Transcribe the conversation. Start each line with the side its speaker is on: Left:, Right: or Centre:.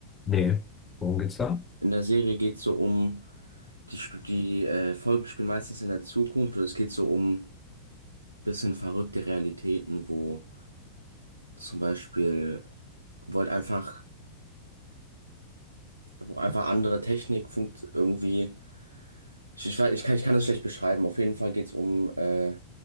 Left: Nee, worum geht's da?
Right: In der Serie geht's so um. Die, sp- die äh, Folgen spielen meistens in der Zukunft und es geht so um bisschen verrückte Realitäten, wo zum Beispiel, wo halt einfach, wo einfach andere Technik funkt irgendwie Ich, ich, weiß- ich kann, ich kann das schlecht beschreiben. Auf jeden Fall geht es um äh,